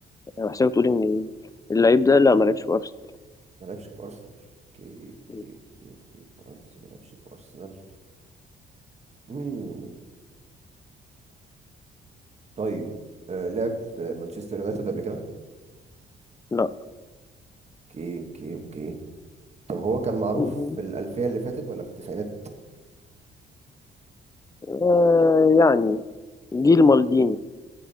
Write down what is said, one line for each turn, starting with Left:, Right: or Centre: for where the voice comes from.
Left: انا بحسبك تقول ان اللعيب ده لا ما لعبش في ارسنال
Right: ما لعبش في ارسنال اوكي اوكي
Left: مم.
Right: اوكي اوكي فرنسي ما لعبش في ارسنال امم طيب آه لعب في مانشستر يونايتد قبل كده
Left: لا
Right: اوكي اوكي اوكي طب هو كان معروف
Left: مم.
Right: في الالفيه اللي فاتت ولا في التسعينات
Left: آه يعني جيل مالديني